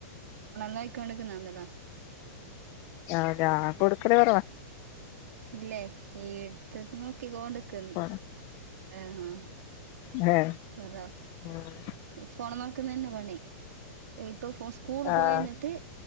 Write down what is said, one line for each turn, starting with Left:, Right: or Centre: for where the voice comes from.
Right: നോക്കിക്കോണ്ടിരിക്കുന്നു
Left: അതെ ആഹ് കൊടുക്കുന്നത് കുറവാ
Right: ഇല്ലേ അടുത്തന്ന് നോക്കി കോണ്ടിരിക്കുന്നു
Left: ആഹ്
Right: ആഹ് ആഹ്
Left: ആഹ്
Right: ഹലൊ
Left: ആഹ്
Right: ഫോണ് നോക്കുന്നത് തന്നെ പണി ഇപ്പൊ സ്കൂള്‍
Left: ആഹ്
Right: പോയി വന്നിട്ട്